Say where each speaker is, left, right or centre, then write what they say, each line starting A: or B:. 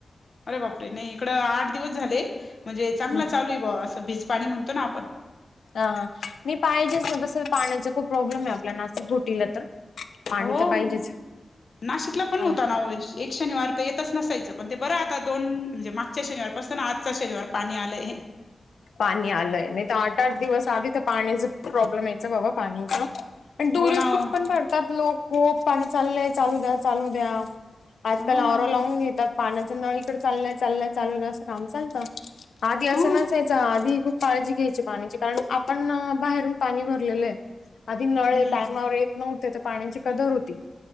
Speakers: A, on the left; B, on the left.
A: आरे बापरे नई इकडं ‌आट दिवस झाले. म्हणजे ‌ चांगला
B: हम्म.
A: चालू ए बो असं भिज पाणी म्हणतो ना आपण ‌
B: हा हा नि पाहिजे ‌ना तसं पाण्याचं खूप ‌ प्रॉब्लेमे आपल्या नासिक घोटीला तर. पाणी
A: हो
B: तर पाहिजेच
A: नाशिकला पण
B: मला
A: होताना हो एक शनिवार. येतच नसायचं पण ते बरं आता दोन म्हणजे मागच्या शनिवार पासं ना आजचा शनिवार पाणी आलं य.
B: पाणी आलंय नाही तर आठ आठ दिवस आधी तर पाणीच प्रॉब्लेम यायच बाबा पाणीच. आणि दुरीपूस
A: हो ना हो
B: पण भरतात लोक खूप पाणी चाललंय चालू द्या चालू द्या. <unintelligible> आजकाल
A: ह
B: आरो लावून घेतात. पाण्याचं नळ इकडं चाललंय चाललंय चालुक दया असं काम चालतं आधी असं
A: ह
B: नाच. तेच आधी खूप काळजी घ्यायची पाणीची कारण आपण बाहेरून पाणी भरलेलं आहे. आदी नळ
A: हम्म
B: टायमावर येत नव्हते तर पाण्याची कदर होती.